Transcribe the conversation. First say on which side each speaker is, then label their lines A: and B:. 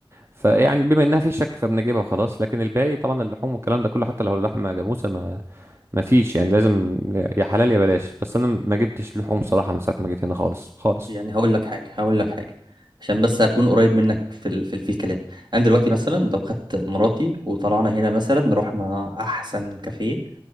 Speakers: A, on the right (about 30°); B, on the right (about 55°).
A: فيعني بما انها في شك فبنجيبها وخلاص لكن الباقي طبعا اللحوم والكلام ده كله حتى لو اللحمه جاموسه ما ما فيش يعني لازم يا يا حلال يا بلاش بس انا ما جبتش لحوم صراحه من ساعه ما جيت هنا خالص خالص
B: يعني هقول لك حاجة هقول لك حاجة عشان بس اكون قريب منك في ال... في, ال... في الكلام انا دلوقتي مثلا لو خدت مراتي وطلعنا هنا مثلا رحنا احسن كافيه